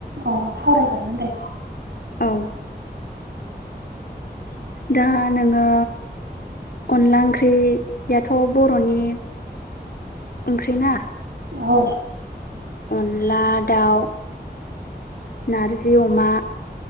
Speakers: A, on the right; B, on the left.
A: अ' सावरायजागोन दे।
B: औ दा नोङो अनला ओंख्रियाथ' बर'नि ओंख्रि ना?
A: औ
B: अनला दाउ नारजि, अमा